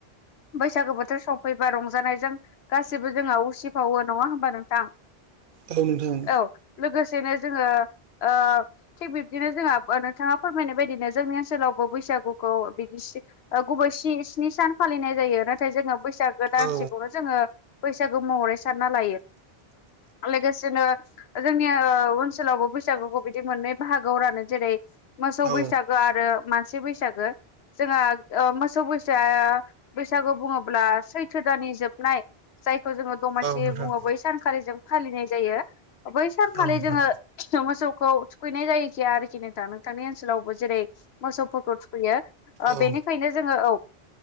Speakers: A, on the left; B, on the right.
A: बैसागु बोथोर सफैबा रंजानायजों गासिबो जोंहा उसिफावो नङा होमबा नोंथां?
B: औे नोंथां।
A: औ लोगोसेनो जोङो ओ थिग बिब्दिनो जोंहा नोंथाङा फोरमायनाय बायदिनो जोंनि ओनसोलावबो बैसागु गुखौ बिदि सि ओ गुबै सि स्नि सान फालिनाय जायो नाथाय जोङो बैसागु दानसेखौनो
B: औ
A: जोङो बैसागो महरै सानना लायो लोगोसेनो जोंनि ओ ओनसोलावबो बैसागुखौ बिदि मोननै बाहागोआव रानो जेरै मोसौ
B: औ
A: बैसागो आरो मानसि बैसागो जोंहा ओ मोसौ बैसा बैसागु बुङोब्ला सैथो दानि जोबनाय जायखौ जोङो दमासि
B: औ नोंथां
A: बुङो बै सानखालि जों फालिनाय जायो बै सानखालि
B: औ नोंथां
A: जोङो मोसौखौ थुखैनाय जायोखि आरोखि नोंथां नोंथांनि ओनसोलावबो जेरै मोसौफोरखौ थुखैयो ओ
B: औ
A: बेनिखायनो जोङो औ।